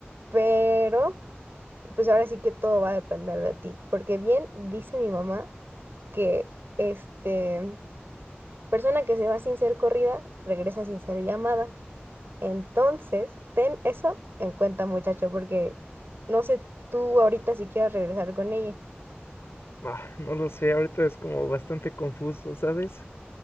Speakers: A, on the right; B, on the left.
A: Pero, pues ahora sí que todo va a depender de ti, porque bien dice mi mamá que, este, persona que se va sin ser corrida, regresa sin ser llamada. Entonces, ten eso en cuenta, muchacho, porque no sé tú ahorita si quieres regresar con ella.
B: Ah, no lo sé, ahorita es como bastante confuso, ¿sabes?